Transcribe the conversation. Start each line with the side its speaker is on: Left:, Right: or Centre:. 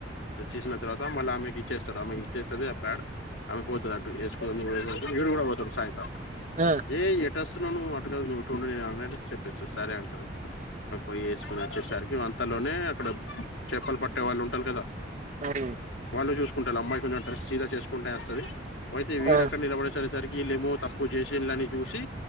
Left: తెచ్చిసిన తర్వాత మళ్ళీ ఆమె ఇచ్చేస్తాడు ఆమె ఇచ్చేస్తది అ ప్యాడ్ ఆమె పోతది అటు వేసుకోనదుకు ఇడు కూడా పోతాడు సాయంత్రం
Right: ఆ ఆ
Left: ఏ ఎటు వస్తున్నావు నువ్వు అటు కాదు నువ్వు ఇటు ఉండూ అని చెప్పేస్తా సరే అంటాడు పోయి వేసుకుని వచ్చేసరికి అంతలోనే అక్కడ చేపలు పట్టే వాళ్ళు ఉంటరు కదా
Right: అవును
Left: వాళ్ళు చూసుకుంటారు అమ్మాయి కొంచెం డ్రెస్సి గ చేసుకుంటేనే వస్తది అయితే వీడు
Right: ఆ అవును ఆ
Left: అక్కడ నిలబడేసేసరికి వీళ్లేమో తప్ ప్పు చేసిన దాని చూసి